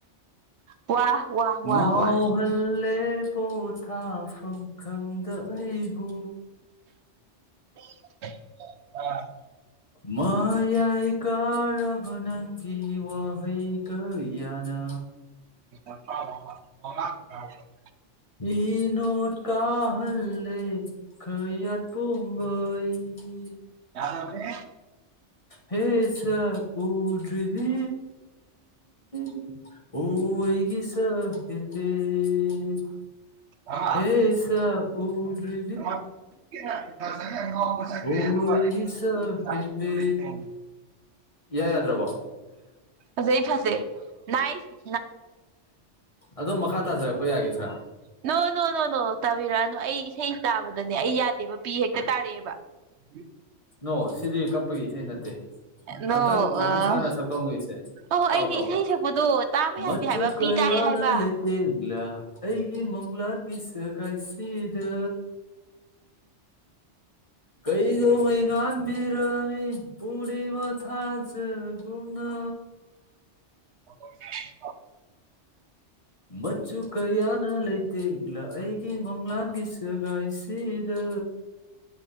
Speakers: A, on the right; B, on the left.
A: ꯋꯥ ꯋꯥ ꯋꯥ
B: ꯉꯥꯎꯍꯜꯂꯦ
A: ꯋꯥ
B: ꯄꯣꯊꯥꯐꯝ ꯈꯪꯗ ꯑꯩꯕꯨ
A: <unintelligible>
B: ꯃꯌꯥꯏ ꯀꯥꯔꯕ ꯅꯪꯒꯤ ꯋꯥꯍꯩ ꯍꯩ ꯀꯌꯥꯅ
A: <unintelligible>
B: ꯢꯅꯣꯠ ꯀꯥꯍꯜꯂꯦ ꯀꯌꯥꯠꯄꯨꯝꯕ ꯑꯩꯒꯤ
A: ꯌꯥꯕꯅꯦ ꯍꯦ
B: ꯍꯦ ꯁꯛ ꯎꯗꯔꯤꯕꯤ <unintelligible> ꯍꯣ ꯑꯩꯒꯤ ꯁꯛꯍꯦꯟꯕꯤ ꯍꯦꯟꯕꯤ
A: <unintelligible>
B: ꯑꯦ ꯁꯛ ꯎꯗ꯭ꯔꯤ
A: <inaudible>
B: ꯑꯣꯏꯒꯤ
A: <unintelligible>
B: ꯁꯛ ꯍꯦꯟꯕꯤ ꯏꯌꯥ ꯌꯥꯗ꯭ꯔꯕꯣ
A: ꯐꯖꯩ ꯐꯖꯩ ꯅꯥꯢꯁ
B: ꯑꯗꯨꯝ ꯃꯈꯥ ꯇꯥꯖꯔꯛꯄ ꯌꯥꯒꯤꯗ꯭ꯔꯥ
A: ꯅꯣ ꯅꯣ ꯅꯣ ꯅꯣ ꯇꯥꯕꯤꯔꯛꯑꯅꯨ ꯑꯩ ꯏꯁꯩ ꯇꯥꯕꯗꯅꯦ ꯑꯩ ꯌꯥꯗꯦꯕ ꯄꯤ ꯍꯦꯛꯇ ꯇꯥꯔꯛꯑꯦꯕ <inaudible>
B: ꯅꯣ ꯁꯤꯗꯤ ꯀꯞꯄꯒꯤ ꯏꯁꯩ ꯅꯠꯇꯦ
A: ꯅꯣ
B: ꯑꯝꯇꯪ ꯃꯄꯨꯡ
A: ꯑ
B: ꯐꯥꯅ ꯁꯛꯇꯣꯛꯑꯝꯒꯤꯁꯦ
A: ꯑꯣ ꯑꯩꯗꯤ
B: ꯇꯥꯎ ꯇꯥꯎ
A: ꯏꯁꯩ
B: ꯇꯥꯎ
A: ꯁꯛꯄꯗꯣ ꯇꯥꯕ ꯌꯥꯗꯦ
B: ꯃꯆꯨ
A: ꯍꯥꯏꯕ
B: ꯀꯌꯥꯅ
A: ꯄꯤ ꯇꯥꯔꯦ ꯍꯥꯏꯕ
B: ꯂꯩ ꯇꯦꯡꯂꯥ ꯑꯩꯒꯤ ꯃꯪꯂꯥꯟꯒꯤ ꯁꯒꯥꯏꯁꯤꯗ ꯀꯩꯗꯧꯉꯩ ꯉꯥꯟꯕꯤꯔꯅꯤ ꯄꯨꯔꯅꯤꯃꯥ ꯊꯥꯖꯒꯨꯝꯅ
A: <inaudible>
B: ꯃꯆꯨ ꯀꯌꯥꯅ ꯂꯩꯇꯦꯡꯂ ꯑꯩꯒꯤ ꯃꯪ ꯂꯥꯟꯒꯤ ꯁꯒꯥꯏꯁꯤꯗ